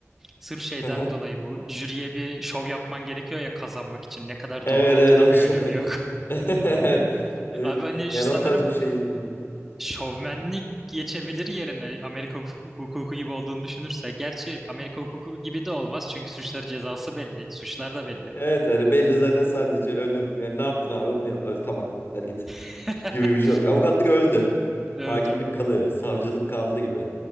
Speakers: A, in the centre; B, on the left (about 50°).
A: Sırf şeyden
B: Aha.
A: dolayı bu jüriye bir şov yapman gerekiyor ya kazanmak için. Ne kadar
B: Evet
A: doğru olduğunu
B: evet o
A: bir
B: şey.
A: önemi
B: <laughs>
A: yok.
B: Evet.
A: <laughs>
B: Evet.
A: Abi hani
B: Yani
A: sanırım
B: o tarz bir şey gibi.
A: şovmenlik geçebilir yerine Amerika huk- hukuku gibi olduğunu düşünürse. Gerçi Amerika hukuku gibi de olmaz çünkü suçları cezası belli, suçlar da belli.
B: Evet hani belli zaten sadece ön hukuk. Yani ne yaptın abi bunu yaptın. Öyle, tamam. Hadi git.
A: <laughs>
B: Gibi bir şey olacak. Avukatlık öldü.
A: Öldü.
B: Hakimlik kalıyor. Savcılık kaldı gibi.